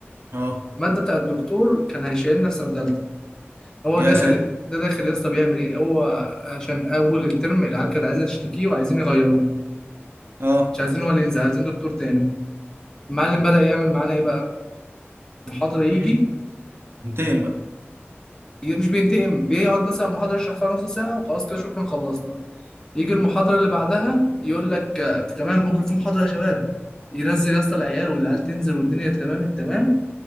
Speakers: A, on the right; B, on the left.
A: اه
B: ماده بتاع الدكتور كان هيشيلنا في سنه تالتة هو
A: يا
B: داخل
A: ساتر
B: ده داخل يا اسطى بيعمل ايه هو عشان اول الترم العيال كانت عايزه تشتكيه وعايزين يغيروه
A: اه
B: مش عايزين هو اللي ينزل عايزين دكتور تاني المعلم بدأ يعمل معانا ايه بقى محاضره يجي
A: حلو انتقم بقى
B: ي- مش بينتقم بيقعد مثلا المحاضره يشرح فيها نص ساعه وخلاص كده شكرا خلصنا يجي المحاضره اللي بعدها يقول لك آه، تمام بكره في محاضره يا شباب ينزل يا اسطى العيال والعيال تنزل والدنيا تمام التمام